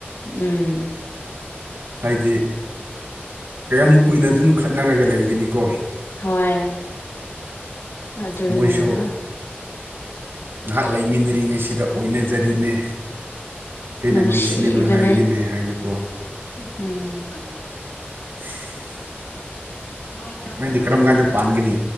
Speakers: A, on the left (about 85°); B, on the right (about 65°).
A: ꯎꯝ
B: ꯍꯥꯏꯗꯤ ꯀꯌꯥꯝꯃꯨꯛ ꯀꯨꯏꯅ ꯑꯗꯨꯝ ꯈꯠꯅꯔꯒ ꯂꯩꯒꯤꯅꯤꯀꯣ
A: ꯍꯣꯏ ꯑꯗꯨꯅꯦꯕ
B: ꯃꯣꯏꯁꯨ ꯉꯥꯏꯍꯥꯛ ꯂꯩꯃꯤꯟꯅꯔꯤꯉꯩꯁꯤꯗ ꯑꯣꯏꯅꯖꯔꯤꯅꯦ ꯍꯦꯟꯅ
A: ꯅꯨꯡꯁꯤꯕꯅꯦ
B: ꯅꯨꯡꯁꯤꯅꯅꯉꯥꯏꯒꯤꯅꯦ ꯍꯥꯏꯅꯀꯣ
A: ꯎꯝ
B: <unintelligible>
A: <unintelligible>
B: ꯅꯪꯗꯤ ꯀꯔꯝ ꯀꯥꯟꯗ ꯄꯥꯟꯒꯅꯤ